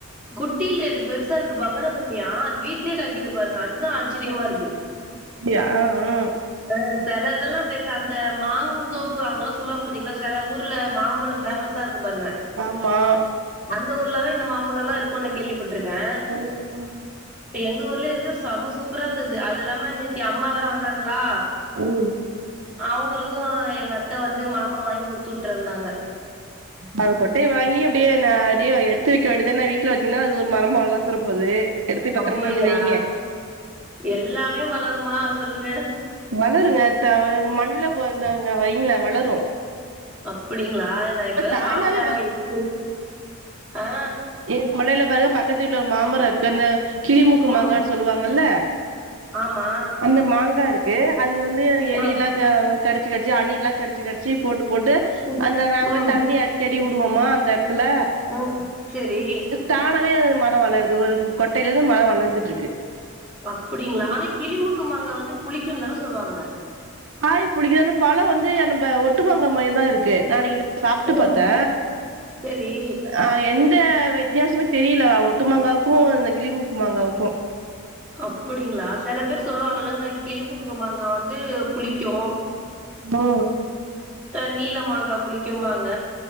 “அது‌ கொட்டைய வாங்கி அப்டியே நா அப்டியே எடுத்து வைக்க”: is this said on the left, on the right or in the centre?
Right